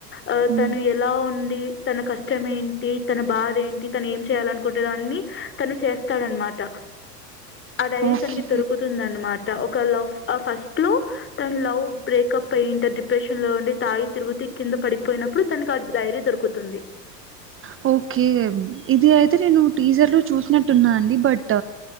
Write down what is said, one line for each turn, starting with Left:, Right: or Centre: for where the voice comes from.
Left: ఆ
Right: హ్మ్.
Left: తను ఎలా ఉండి తన కష్టం ఏంటి తన బాధ ఏంటి తను ఏం చేయాలనుకుంటుందో అన్ని తను చేస్తాడనమాట ఆ డైరీ
Right: ఓకే
Left: తనకి దొరుకుతుంది అన్నమాట టా ఒక లవ్ ఆ ఫస్ట్ లో తన లవ్ బ్రేకప్ అయింటది డిప్రెషన్ లో ఉండి తాగీ తిరుగుతి కింద పడిపోయినప్పుడు తనకి ఆ డైరీ దొరుకుతుంది
Right: హా ఓకే ఇది అయితే నేను టీజర్ లో చూసినట్టున్నా అండి బట్